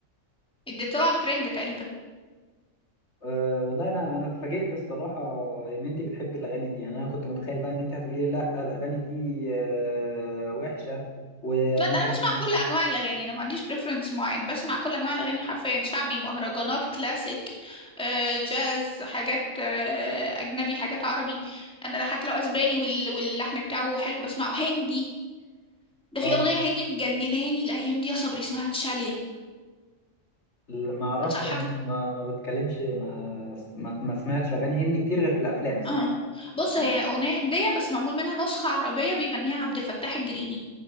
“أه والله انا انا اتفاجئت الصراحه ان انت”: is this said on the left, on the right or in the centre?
Left